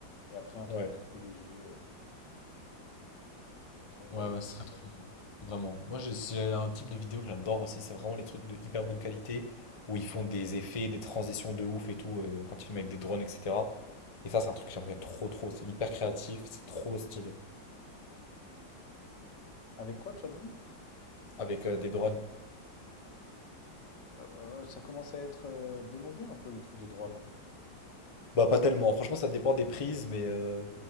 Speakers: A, on the left; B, on the left.
A: Et après, un
B: Ouais.
A: truc un peu plus léger. euh, donc
B: ouais,
A: voilà.
B: ouais, ce serait Vraiment. Moi, je- c'est un type de vidéo que j'adore aussi. C'est vraiment les trucs de hyper bonne qualité où ils font des effets, des transitions de ouf et tout euh, quand ils filment avec des drones, etc. Et ça, c'est un truc que j'aimerais trop, trop. C'est hyper créatif, c'est trop stylé
A: Avec quoi, tu as dit?
B: avec euh, des drones.
A: Euh, euh, ça commence à être euh, démodé un peu le truc de drone. hein.
B: Bah, pas tellement. Franchement, ça dépend des prises, mais euh,